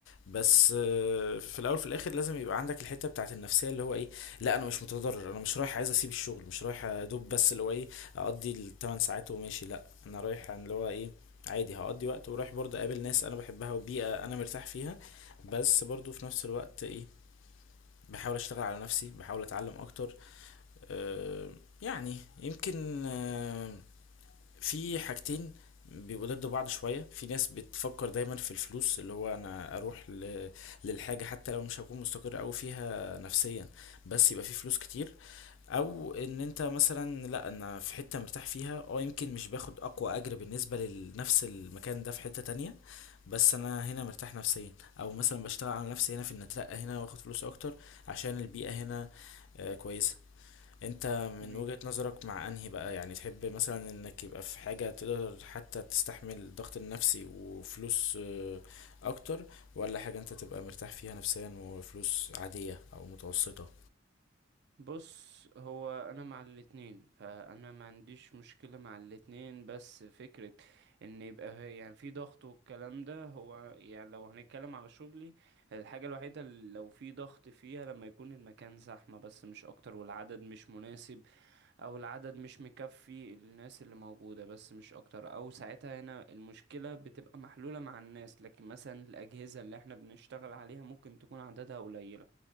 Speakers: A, on the left; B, on the right.
A: بس آه، في الأول في الآخر لازم يبقى عندك الحتة بتاعت النفسية اللي هو إيه لا أنا مش متضرر أنا مش رايح عايز أسيب الشغل مش رايح أدوب بس اللي هو إيه أقضي الثمان ساعات وماشي لا أنا رايح عن اللي هو إيه عادي هقضي وقت ورايح برضه اقابل ناس انا بحبها وبيئة انا مرتاح فيها بس برضه في نفس الوقت إيه، بحاول اشتغل على نفسي بحاول اتعلم اكتر آه، يعني يمكن آه، في حاجتين بيبقوا ضد بعض شوية في ناس بتفكر دايما في الفلوس اللي هو انا اروح ل... للحاجة حتى لو مش هكون مستقر اوي فيها نفسيا بس يبقى في فلوس كتير او ان انت مثلا لا انا في حتة مرتاح فيها اه يمكن مش باخد اقوى اجر بالنسبة لنفس المكان ده في حتة تانية بس انا هنا مرتاح نفسيا او مثلا بشتغل على نفسي هنا في ان اترقى هنا واخد فلوس اكتر عشان البيئة هنا آه، كويسة انت من
B: جميل
A: وجهة نظرك مع انهي بقى يعني تحب مثلا انك يبقى في حاجة تقدر حتى تستحمل الضغط النفسي وفلوس آه، اكتر ولا حاجة انت تبقى مرتاح فيها نفسيا وفلوس عادية او متوسطة
B: بص هو انا مع الاتنين فانا ما عنديش مشكلة مع الاتنين بس فكرة ان يبقى هي- يعني في ضغط والكلام ده هو يعني لو هنتكلم على شغلي الحاجة الوحيدة اللي لو في ضغط فيها لما يكون المكان زحمة بس مش اكتر والعدد مش مناسب او العدد مش مكفي الناس اللي موجودة بس مش اكتر او ساعتها هنا المشكلة بتبقى محلولة مع الناس لكن مثلا الاجهزة اللي احنا بنشتغل عليها ممكن تكون عددها قليل